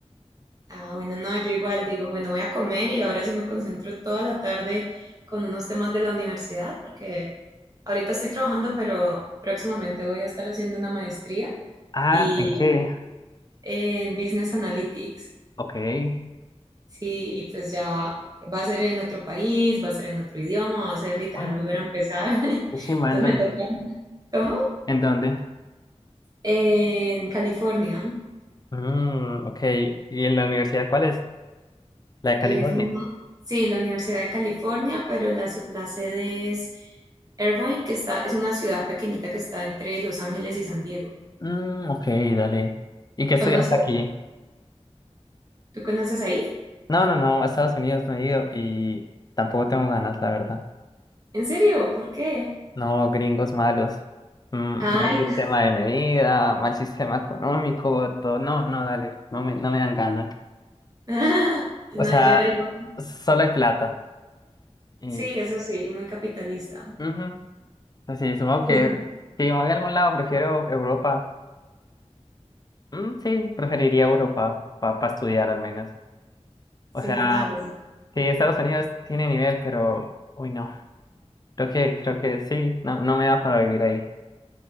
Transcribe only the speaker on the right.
Ah, bueno, no, yo igual digo, bueno, voy a comer y ahora sí me concentro toda la tarde con unos temas de la universidad, porque ahorita estoy trabajando, pero próximamente voy a estar haciendo una maestría
y
en Business Analytics.
Sí, y pues ya va a ser en otro país, va a ser en otro idioma, va a ser literal
volver a empezar. <laughs> Entonces
me toca. ¿Cómo?
En California.
Es la, sí, la Universidad de California, pero la, su- la sede es Irvine, que está, es una ciudad pequeñita que está entre Los Ángeles y San Diego.
¿Conoces?
¿Tú conoces ahí?
¿En serio? ¿Por qué?
Ay,
no.
<laughs> No,
yo era igual.
Sí, eso sí, muy capitalista.
Sí,
no.
Sí,
no, pues